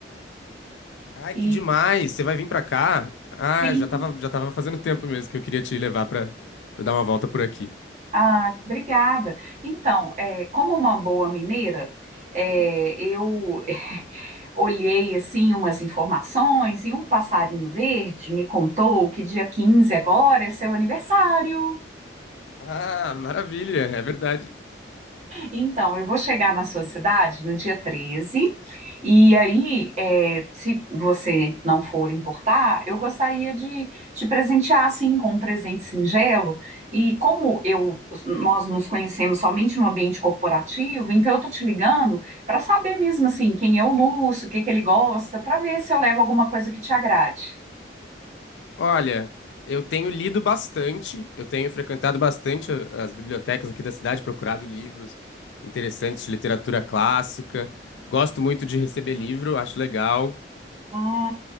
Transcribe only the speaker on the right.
E
sim,
ah, obrigada. Então, eh, como uma boa mineira, eh, eu olhei assim umas informações e um passarinho verde me contou que dia 15 agora é seu aniversário.
Então, eu vou chegar na sua cidade no dia 13 e aí, é, se você não for importar, eu gostaria de te presentear assim com um presente singelo. E como eu nós nos conhecemos somente no ambiente corporativo, então eu tô te ligando para saber mesmo assim quem é o Lúcio, o que que ele gosta, para ver se eu levo alguma coisa que te agrade.
Ah,